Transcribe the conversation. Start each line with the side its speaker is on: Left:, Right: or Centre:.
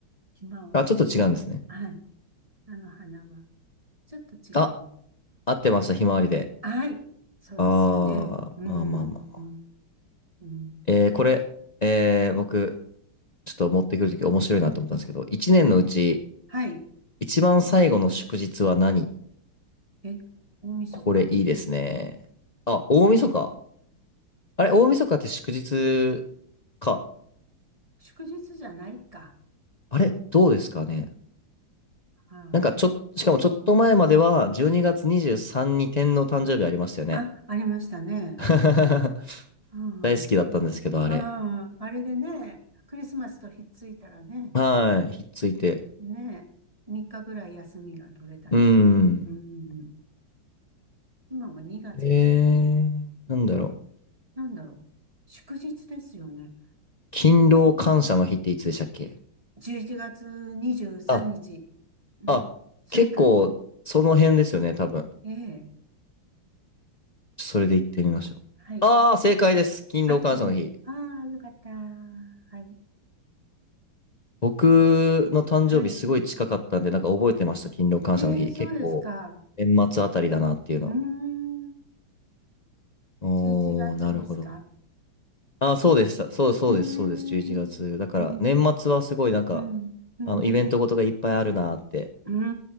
Right: ひまわりと。
Left: あ、ちょっと違うんですね。
Right: はい。あの花は。ちょっと違うの。
Left: あ、合ってました、ひまわりで。
Right: はい。そうですよね。
Left: あ
Right: うん。
Left: ー、まあまあまあ。
Right: うん。
Left: えーこれ、えー僕、ちょっと持ってくるとき面白いなと思ったんですけど、一年のうち、
Right: はい。
Left: 一番最後の祝日は何
Right: え、大晦日
Left: これいいですね。あ、大晦日。あれ、大晦日って祝日か。
Right: 祝日じゃないか。
Left: あれ、どうですかね。
Right: は
Left: なんかちょっ、しかもちょっと前までは、12月23にがつにじゅうさんに天皇誕生日ありましたよね。
Right: あ、あ、ありましたね。
Left: <laughs>
Right: はい。あ
Left: 大好きだったんですけど、あれ。
Right: あ、ああ、あれでね、クリスマスとひっついたらね、
Left: はい、ひっついて。
Right: ね、3日ぐらい休みが取れたりする。
Left: うーん。
Right: うん。今は2月ですもんね。
Left: えー、
Right: うん
Left: なんだろう。
Right: なんだろう。祝日ですよね。
Left: 勤労感謝の日っていつでしたっけ
Right: 11月23日。
Left: あ
Right: うん。
Left: あ、
Right: それか。
Left: 結構、その辺ですよね、多分。
Right: ええ。
Left: それで行ってみましょう。
Right: はい。
Left: ああ、正解です。勤労感謝の日。
Right: あ、昨日。ああ、よかった。はい。
Left: 僕の誕生日すごい近かったんで、
Right: はい。
Left: なんか覚えてました、勤労感謝の日。
Right: えー、そうですか。
Left: 結構、年末あたりだなっていうの。
Right: うーん。
Left: おー、
Right: 11月ですか
Left: なるほど。あそうでした。そう、そうです、
Right: ええー、
Left: そうです。11月。だから、
Right: うん、
Left: 年末はすごいなんか、
Right: うん、うん。
Left: あの、イベントごとがいっぱいあるなって
Right: うー